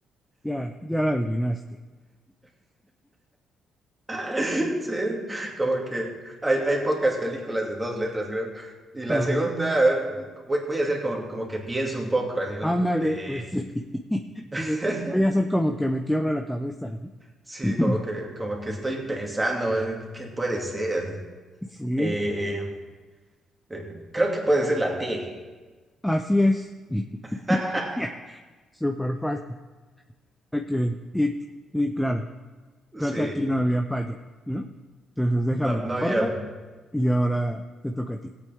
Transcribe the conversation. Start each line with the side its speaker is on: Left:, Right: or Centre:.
Centre: Ya, ya la adivinaste.
Right: <laughs> Sí, como que hay, hay pocas películas de dos letras, creo. Y la
Centre: Ajá.
Right: segunda, a ver, voy, voy a hacer como, como que pienso un poco, así, ¿no?
Centre: Ándale,
Right: Eh,
Centre: pues sí. <laughs>
Right: <laughs>
Centre: Dices, Voy a hacer como que me quiebro la cabeza. ¿no?
Right: sí,
Centre: <laughs>
Right: como que, como que estoy pensando en qué puede ser. así.
Centre: Sí,
Right: Eh, eh, creo que puede ser la T.
Centre: así es.
Right: <laughs>
Centre: <laughs> Súper fácil. Ok, y, y claro, creo
Right: Sí,
Centre: que aquí no había falla, ¿no? Entonces déjame
Right: no,
Centre: te
Right: no había,
Centre: borro y ahora te toca a ti.